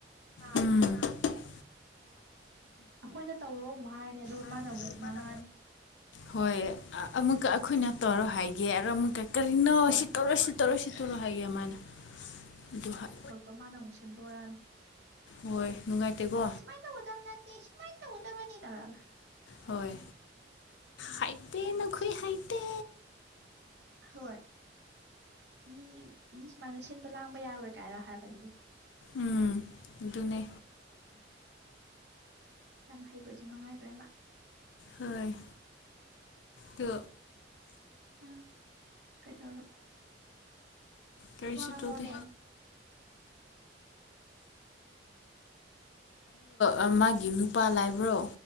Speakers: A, on the right; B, on the left.
A: ꯁꯥꯅꯦꯕ
B: ꯎꯝ ꯍꯣꯏ ꯑꯩꯈꯣꯏꯅ ꯇꯧꯔꯣ
A: ꯑꯩꯈꯣꯏꯅ ꯇꯧꯔꯣ ꯑꯃꯨꯛ ꯍꯥꯏꯔꯅꯤ ꯑꯗꯨꯒ
B: ꯍꯥꯏ
A: ꯃꯥꯅ
B: ꯑꯗꯨ
A: ꯑꯃꯨꯛ
B: ꯏ
A: ꯉꯥꯡꯉꯛꯑꯅꯤ
B: ꯃꯥꯅ ꯍꯣꯏ ꯑꯃꯨꯛꯀ ꯑꯩꯈꯣꯏꯅ ꯇꯧꯔꯣ ꯍꯥꯏꯒꯦ ꯑꯣ ꯑꯃꯨꯛꯀ ꯭ ꯀꯔꯤ ꯅꯣ
A: ꯍꯣꯏ
B: ꯁꯤ ꯇꯧꯔꯣꯏ ꯁꯤ ꯇꯧꯔꯣꯏ ꯁꯤ ꯇꯧꯔꯣꯏ ꯍꯥꯏꯌꯦ ꯃꯥꯅ ꯑꯗꯨ ꯍꯥꯏ
A: ꯑꯗꯣ ꯃꯥꯅ ꯑꯃꯨꯛ ꯁꯦꯝꯗꯣꯔꯛꯑꯅꯤ
B: ꯍꯣꯏ ꯅꯨꯡꯉꯥꯏꯇꯦꯀꯣ
A: ꯑꯗꯨꯃꯥꯏ ꯇꯧꯗꯣꯏ ꯅꯠꯇꯦ ꯁꯤꯃꯥꯏ ꯇꯧꯒꯗꯕꯅꯤ ꯊꯧꯔꯛꯑꯒ
B: ꯍꯣꯏ ꯍꯩꯇꯦꯅꯈꯣꯏ ꯍꯩꯇꯦ
A: ꯍꯣꯏ ꯃꯤ ꯃꯤ ꯁꯨꯃꯥꯏꯅ ꯁꯤꯟꯕ ꯂꯥꯡꯕ ꯌꯥꯔꯣꯏ ꯀꯥꯏꯅ ꯍꯥꯏꯔꯛꯀꯅꯤ ꯑꯗꯨꯒ
B: ꯎꯝ ꯑꯗꯨꯅꯦ
A: ꯌꯥꯝ ꯍꯩꯕꯁꯤ ꯃꯉꯥꯏꯈ꯭ꯔꯦ ꯃꯥ
B: ꯍꯣꯏ ꯇꯨ
A: ꯑꯥ ꯀꯩꯗꯧꯔꯕꯣ
B: ꯀꯔꯤꯁꯨ
A: ꯉꯥꯡꯉꯣꯅꯦ
B: ꯇꯣꯗꯦ ꯑꯣ ꯃꯥꯒꯤ ꯅꯨꯄꯥ ꯂꯕ꯭ꯔꯣ